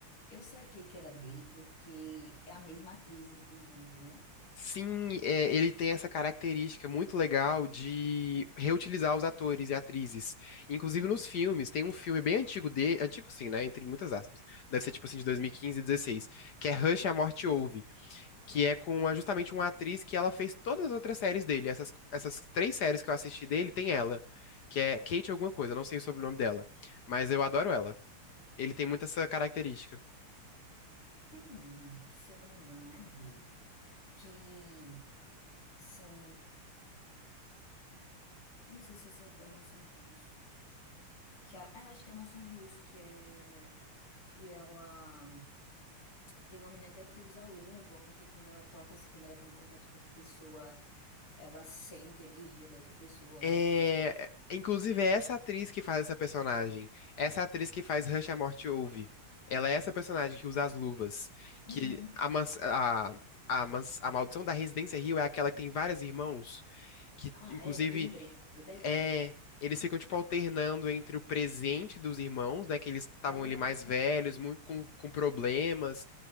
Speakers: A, on the left; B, on the left.
A: eu saquei que era dele porque é a mesma atriz, inclusive, né?
B: Sim, é, ele tem essa característica muito legal de reutilizar os atores e atrizes. Inclusive
A: Uhum.
B: nos filmes, tem um filme bem antigo de, antigo sim, né? Entre muitas aspas. Deve ser tipo assim de 2015 e 16, que é Rush, a Morte Ouve. que é com uma- justamente uma atriz que ela fez todas as outras séries dele. Essas, essas três séries que eu assisti dele tem ela, que é Kate alguma coisa, não sei o sobrenome dela, mas eu adoro ela. Ele tem muito essa característica.
A: Tem um que, se eu não me engano, é dele, que são, eu não sei se essa é da Mansão Rios, que a- ah, eu acho que é a Mansão Rios que é que ela Tem uma menina até que usa luva, porque quando ela toca, assim, quando ela tem contato com outra pessoa, ela sente a energia da outra pessoa, alguma
B: É,
A: coisa assim.
B: é, inclusive é essa atriz que faz essa personagem, essa atriz que faz Rush à Morte Ouve. Ela é essa personagem que usa as luvas, que
A: Uhum.
B: a, mans- a, a, mans- a maldição da Residência Hill é aquela que tem vários irmãos, que
A: Ah,
B: inclusive
A: é, lembrei, é verdade.
B: É, eles ficam, tipo, alternando entre o presente dos irmãos, né? Que eles estavam
A: É,
B: ali mais velhos, muito com, com problemas,